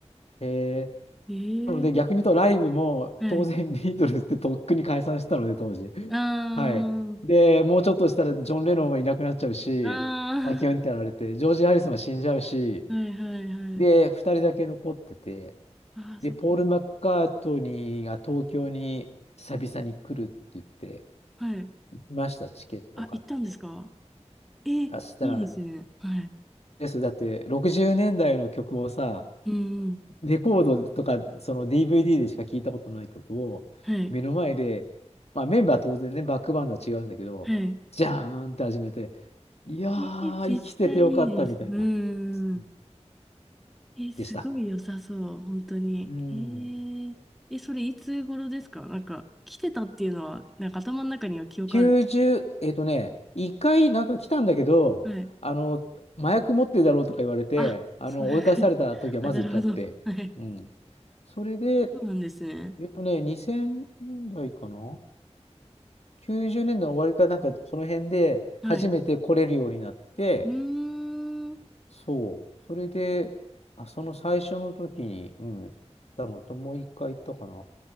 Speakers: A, on the left; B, in the centre.
A: へえ
B: い。えー、
A: なので、逆に言うとライブも当然ビートルズってとっくに解散したので、
B: はい。
A: 当時。
B: あー、
A: はい。で、もうちょっとしたらジョン・レノンはいなくなっちゃうし、
B: あ
A: マキオンってやられて、ジョージ・ハリスンは死んじゃうし、
B: ー、はいはいはい。
A: で、2人だけ残ってて、
B: あー、
A: で、
B: そっか。
A: ポール・マッカートニーが東京に久々に来るって言って、
B: はい。
A: 行きました、チケット買って。
B: あ、行ったんですかえー、
A: そしたら、
B: いいですね。はい。
A: です、だって60年代の曲をさ、
B: うんうん。
A: レコードとか、その DVD でしか聞いたことない曲を、
B: はい。
A: 目の前で、まあメンバーは当然ね、バックバンドは違うんだけど、
B: はい。
A: じゃーんって始めて、いやー、
B: えー、絶対いいです。
A: 生きててよかったみたいな、
B: うんうんうん。
A: うん
B: え、すごい良さそう、
A: でした。
B: 本当に。
A: うん。
B: えー、え、それいつ頃ですかなんか、来てたっていうのは、なんか頭の中には記憶あるんです
A: 90、えっとね、一回なんか来たんだけど、
B: かはい。
A: あの、麻薬持ってるだろうとか言われて、
B: あ、
A: あの、
B: そう、<laughs>
A: 追い返された時はまず一回あって、
B: あ、なるほど。<laughs> はい。
A: うん。それで、
B: そうなんですね。
A: えっとね、2000年代かな ?90 年代の終わりかなんかその辺で初めて来れるようになって、
B: はい。うーん。
A: そう。それで、あ、その最初の時に、うん、行ったのと、もう一回行ったかな。